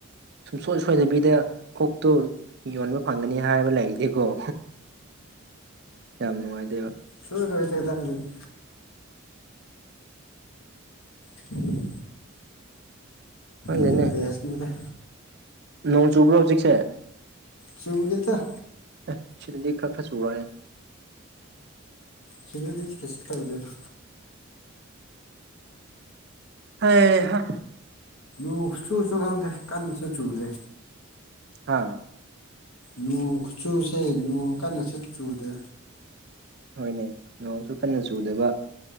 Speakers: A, on the right; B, on the left.
A: ꯁꯨꯡꯁꯣꯏ ꯁꯣꯏꯗꯕꯤꯗ ꯑꯣꯛꯇꯣ ꯌꯣꯟꯕ ꯐꯪꯒꯅꯤ ꯍꯥꯏꯕ ꯂꯩꯔꯗꯤꯀꯣ ꯌꯥꯝ ꯅꯨꯡꯉꯥꯏꯇꯦꯕ
B: ꯁꯣꯏ ꯔꯣꯍꯤ ꯆꯦꯗ ꯑꯗꯨꯗꯒꯤ <unintelligible>
A: ꯈꯪꯗꯦꯅꯦ
B: ꯑꯗꯨꯄꯦꯁꯅꯤꯗ
A: ꯅꯣꯡ ꯆꯨꯕ꯭ꯔꯣ ꯍꯧꯖꯤꯛꯁꯦ
B: ꯆꯨꯂꯦꯗ
A: ꯑꯦ ꯁꯤꯗꯤꯗꯤ ꯈꯔ ꯈꯔꯁꯨꯨꯔꯑꯦ
B: ꯁꯤꯗꯗꯤ ꯀꯩꯁꯨ ꯇꯧꯗꯦꯔꯥ
A: ꯍꯩꯍꯥ
B: ꯨ ꯆꯨꯁꯨ ꯈꯪꯗꯦ ꯀꯟꯅꯁꯨ ꯆꯨꯗꯦ
A: ꯍꯥꯥ
B: ꯅꯣꯡ ꯆꯨꯁꯦ ꯅꯣꯡ ꯀꯟꯅꯁꯨ ꯆꯨꯗꯦ
A: ꯅꯣꯏꯅꯦ ꯅꯣꯡꯁꯨ ꯀꯟꯅ ꯆꯨꯗꯕ